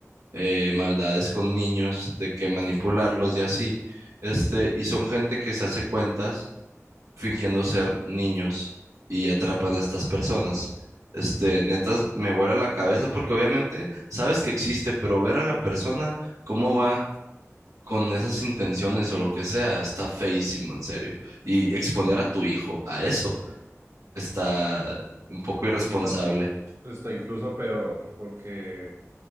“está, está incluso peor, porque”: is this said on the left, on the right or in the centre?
Right